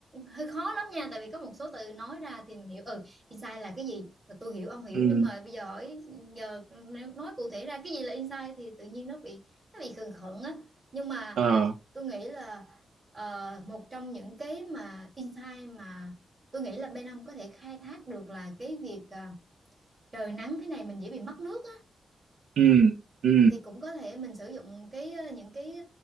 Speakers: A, on the right (about 20°); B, on the right (about 80°).
A: hơi khó lắm nha tại vì có một số từ nói ra thì mình hiểu ừ insight là cái gì tôi hiểu ông hiểu
B: ừ,
A: nhưng mà bây giờ hỏi giờ nếu nói cụ thể ra cái gì là insight thì tự nhiên nó bị nó bị khựng khựng á nhưng mà
B: ờ,
A: tôi nghĩ là ờ, một trong những cái mà insight mà tôi nghĩ là bên ông có thể khai thác được là cái việc à, trời nắng thế này mình dễ bị mất nước
B: ừ, ừ,
A: thì cũng có thể mình sử dụng cái ờ, những cái